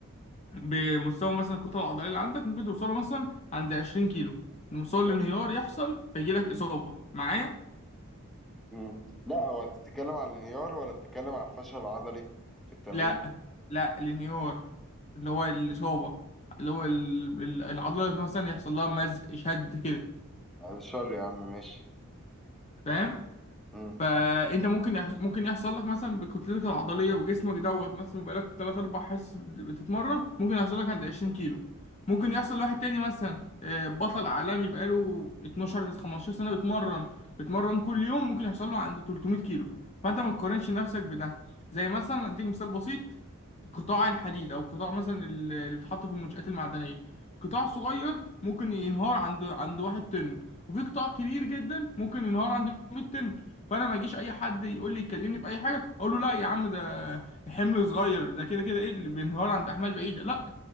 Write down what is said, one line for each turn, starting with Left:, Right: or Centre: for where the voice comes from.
Left: بمستوى مثلا الكتله العضليه اللي عندك ممكن توصله مثلا عند 20 كيلو مستوى الانهيار
Centre: ماشي
Left: يحصل فيجيلك اصابه معايا
Centre: مم. لا هو انت بتتكلم على الانهيار ولا بتتكلم على الفشل العضلي في التمرين
Left: لا لا الانهيار اللي هو الإصابة اللي هو ال- ال- العضلة مثلا يحصل لها مزق شد كده
Centre: بعد الشر يا عم ماشي
Left: فاهم
Centre: مم.
Left: فانت ممكن يحص... ممكن يحصل لك مثلا بكتلتك العضليه وجسمك دوت مثلا بقالك 3 4 حصص بتتمرن ممكن يحصل لك عند 20 كيلو ممكن يحصل لواحد تاني مثلا آه، بطل عالمي بقاله 12 15 سنه بيتمرن بيتمرن كل يوم ممكن يحصل له عند 300 كيلو فانت ما تقارنش نفسك بده زي مثلا اديك مثال بسيط قطاع الحديد او قطاع مثلا ال- اللي بيتحط في المنشآت المعدنيه قطاع صغير ممكن ينهار عند عند واحد طن وفي قطاع كبير جدا ممكن ينهار عند 100 طن فانا ما يجيش اي حد يقول لي يكلمني باي حاجه اقول له لا يا عم ده حمل صغير ده كده كده ايه اللي بينهار عند احمال بعيده لا